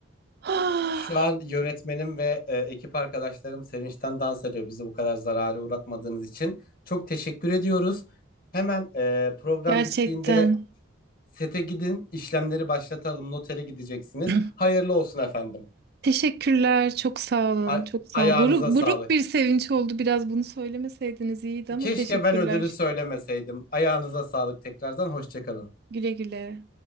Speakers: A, on the right; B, on the left.
A: Ah,
B: Şu an yönetmenim ve e, ekip arkadaşlarım sevinçten dans ediyor bizi bu kadar zarara uğratmadığınız için. Çok teşekkür ediyoruz. Hemen e, program
A: Gerçekten.
B: bittiğinde sete gidin, işlemleri başlatalım. Notere gideceksiniz.
A: <clears throat>
B: Hayırlı olsun efendim.
A: Teşekkürler. Çok sağ olun.
B: A-
A: Çok sağ
B: ayağınıza
A: olun. Buruk, buruk
B: sağlık.
A: bir sevinç oldu. Biraz bunu söylemeseydiniz iyiydi ama
B: Keşke
A: teşekkürler.
B: ben ödülü söylemeseydim. Ayağınıza sağlık tekrardan. Hoşça kalın.
A: Güle güle.